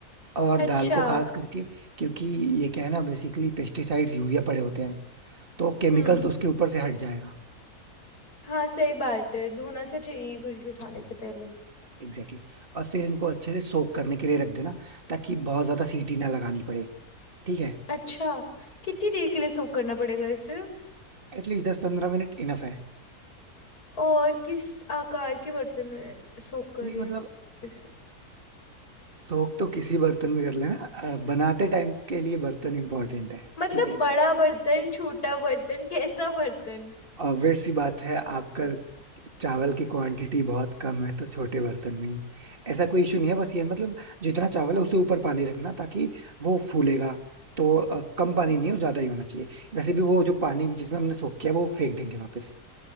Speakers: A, on the right; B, on the left.
A: और
B: अच्छा
A: दाल को खास करके क्योंकि ये क्या है ना बेसिकली पेस्टिसाइड्स यूरिया पड़े होते हैं तो केमिकल्स
B: हम्म
A: उसके ऊपर से हट जाएगा
B: हाँ सही बात है धोना तो चाहिए कुछ भी खाने से पहले
A: एग्जैक्टली exactly. और फिर इनको अच्छे से सोक करने के लिए रख देना ताकि बहुत ज्यादा सीटी ना लगानी पड़े ठीक है
B: अच्छा कितनी देर के लिए सोक करना पड़ेगा इसे
A: एटलीस्ट दस पंद्रह मिनट इनफ है
B: और किस आकार के बर्तन में सोक करें
A: नहीं मतलब
B: इसे
A: सोख तो किसी बर्तन में कर लेना अ, बनाते टाइम के लिए बर्तन इंपॉर्टेंट है
B: मतलब
A: ठीक है
B: बड़ा बर्तन छोटा बर्तन कैसा बर्तन
A: ऑब्वियस सी बात है आपका चावल की क्वांटिटी बहुत कम है तो छोटे बर्तन में ही ऐसा कोई इशू नहीं है बस ये मतलब जितना चावल है उससे ऊपर पानी रखना ताकि वो फूलेगा तो अ, कम
B: हम्म
A: पानी नहीं हो ज्यादा ही होना चाहिए वैसे भी वो जो पानी जिसमें हमने सोख किया वो फेंक देंगे वापस